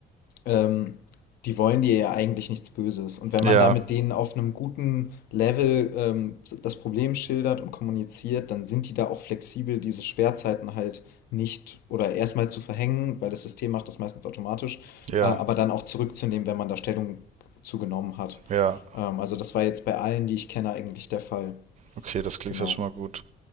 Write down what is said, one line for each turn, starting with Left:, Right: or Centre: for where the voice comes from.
Left: ähm, die wollen dir ja eigentlich nichts Böses. Und wenn
Right: Ja.
Left: man da mit denen auf einem guten Level ähm, das Problem schildert und kommuniziert, dann sind die da auch flexibel, diese Sperrzeiten halt nicht oder erstmal zu verhängen, weil das System macht das meistens automatisch,
Right: Ja.
Left: äh, aber dann auch zurückzunehmen, wenn man da Stellung zugenommen hat.
Right: Ja.
Left: Ähm, also das war jetzt bei allen, die ich kenne, eigentlich der Fall.
Right: Okay, das klingt
Left: Genau.
Right: ja schon mal gut.